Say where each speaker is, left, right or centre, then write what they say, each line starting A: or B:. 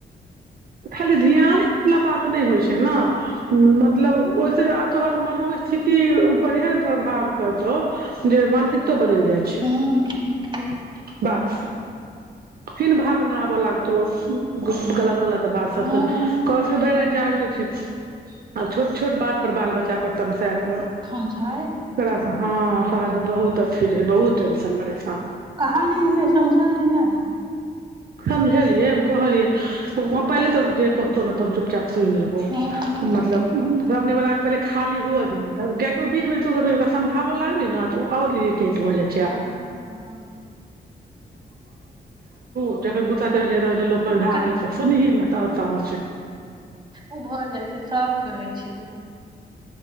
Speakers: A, on the right (about 60°); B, on the right (about 25°).
A: खाली ध्याने देैवाला बात नै होइ छै ने मतलब ओहिस तोहर मनोस्थिति पर एहन प्रभाव करतौ जे मानसिकतो बदैल जाइ छै
B: हूँ हूँ
A: <inaudible> फीन भावनाबऽ लागतो गलत गलत बात सब
B: हूँ
A: कलके भरि रति जाग ले छै आ छोट छोट बात पर बाल बच्चा पर तमसा कर
B: खा छैाय
A: ास हँ साँझ मे बहुत अच्छी रहै बहुत टेंशन ब रहे साँझ
B: कहल नहि समझल नहि नहि
A: समझलियै कहलियै पहिले तऽ जे कहतौ ने त चुप चप सु लेबो
B: हूँ
A: मतलब रामने बालाक के पहिले खाली हुअ दीै तब गायके बीच बरा समझाबऽ लागबही ने तऽ ओ आओर स्ेट भ जाइ
B: हँ हँ
A: छै जखन गुसा रहलिय त लोक
B: ओका
A: झाब ल त सुी आओर ताम
B: ओ भऽ जाइ छै सब कहै छछ